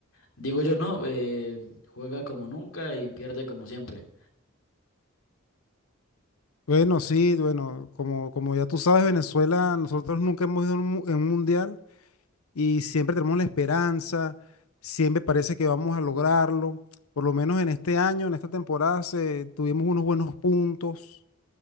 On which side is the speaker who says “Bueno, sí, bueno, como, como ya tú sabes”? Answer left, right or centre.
Left